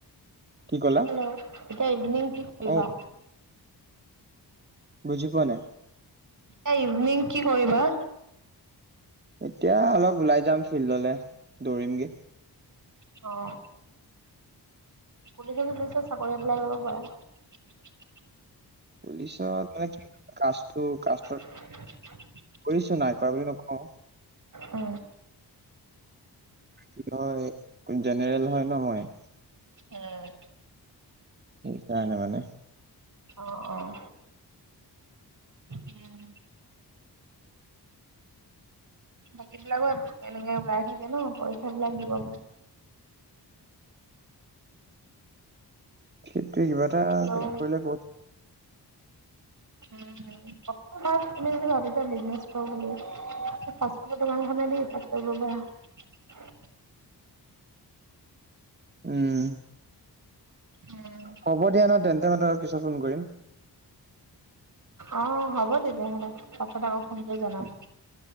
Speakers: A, on the right (about 25°); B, on the right (about 50°).
A: কি ক'লা
B: হেল্ল' এতিয়া ইভনিং কি কৰিবা?
A: অ বুজি পুৱা নাই।
B: এয়া ইভিনিং কি কৰিবা?
A: এতিয়া, অলপ ওলাই যাম ফিল্ডলে, দৌৰিমগে।
B: অ'! পুলিচে চুলিছে চাকৰি এপ্লাই কৰিব পাৰা।
A: পুলিচত মানে, কি কাষ্টটো কাষ্ট
B: <unintelligible>
A: কৰিছ নাই? কৰা বুলি নকওঁ।
B: উম!
A: কি হয়। জেনেৰেল হয় ন' মই।
B: এ'
A: সেই কাৰনে মানে।
B: অ', অ', উম, বাকী বিলাকো এনেকে ওলাই থাকে ন' পৰীক্ষা বিলাক দিব পাৰে।
A: <unintelligible> ত' কিবা এটা
B: হেল্ল' উম,
A: নকৰিলে ক'ত
B: উম! <unintelligible> ভাবিছা বিজনেছ কৰোঁ বুলি। ফাৰ্ষ্ট ফুডৰ দোকানখনে দি ষ্টাৰ্ট কৰিব পাৰা।
A: উম!
B: উম,
A: হ'ব দিয়া ন' তেন্তেহ'লে পিছত ফোন কৰিম।
B: অ'! হ'ব তেতিয়াহ'লে। পাছত আকৌ সনেকে জনাবা।
A: উম